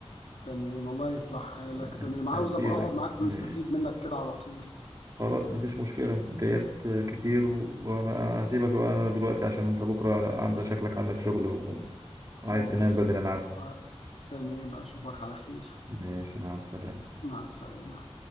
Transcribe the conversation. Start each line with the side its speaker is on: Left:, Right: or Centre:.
Left: تمام الله يصلح حالك
Right: آه،
Left: تمام عاوز
Right: هسيبك
Left: أبقى أقعد معاك
Right: ماشي
Left: ونستفيد منك كده على طول
Right: خلاص مفيش مشكلة جايات كتير و- وما هسيبك بقى أنا دلوقتي عشان أنت بكرة عندك شكلك عندك شغل و- وعايز
Left: خلاص
Right: تنام بدري أنا عارف
Left: آه، تمام أشوفك على خير
Right: ماشي مع السلامة
Left: مع السلامة